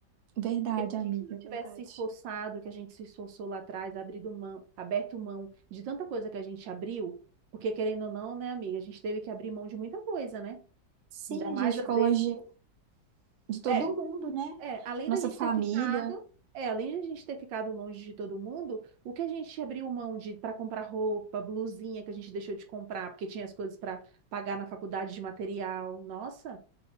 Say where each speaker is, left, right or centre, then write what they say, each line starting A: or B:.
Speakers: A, on the right; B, on the right.
A: Verdade,
B: Porque se a
A: amiga,
B: gente não tivesse
A: verdade.
B: se esforçado, que a gente se esforçou lá atrás, abrido mão, aberto mão de tanta coisa que a gente abriu, porque querendo ou não, né, amiga, a gente teve que abrir mão de muita coisa, né?
A: Sim,
B: Ainda mais
A: a gente ficou
B: às vezes.
A: longe de todo
B: É.
A: mundo, né?
B: É, além
A: Nossa
B: da gente
A: família,
B: ter ficado, é, além da gente ter ficado longe de todo mundo, o que a gente abriu mão de para comprar roupa, blusinha que a gente deixou de comprar, porque tinha as coisas para pagar na faculdade de material. Nossa,